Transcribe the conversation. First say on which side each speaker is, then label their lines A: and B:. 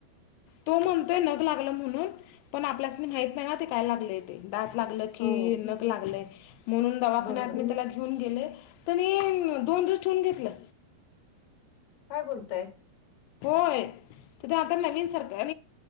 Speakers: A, on the left (about 85°); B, on the left (about 50°).
A: तो म्हणतोय नख लागलं म्हणून पण आपल्यास माहत नाही ना ते काय लागलेत दात ला की
B: हो.
A: नक लागलय म्हणून दवाखान्यात
B: बरोबर
A: त्याला घेऊन गेले ते दोन दिवस ठेऊन घेतलं
B: काय बोलताय
A: होय तिथं आता नवीन सरकार